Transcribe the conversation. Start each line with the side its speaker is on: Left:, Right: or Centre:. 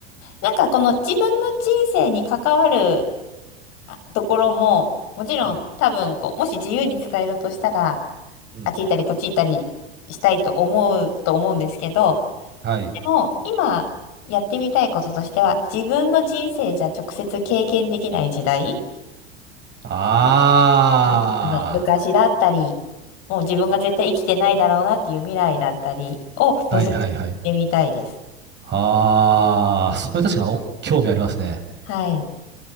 Left: なんかこの自分の人生に関わるところも、もちろん多分こう、
Right: うん。
Left: もし自由に使えるとしたら、
Right: うん。
Left: あっち行ったりこっち行ったりしたいと思うと思うんですけど、
Right: はい。
Left: でも今やってみたいこととしては、自分の人生じゃ直接経験できない時代、
Right: あ
Left: うんあの昔だったり、もう自分が絶対生きてないだろうなっていう未来だったりを覗いてみたいです。
Right: あ。はいはいはい。ああ、それ確かにお興味ありますね。
Left: はい。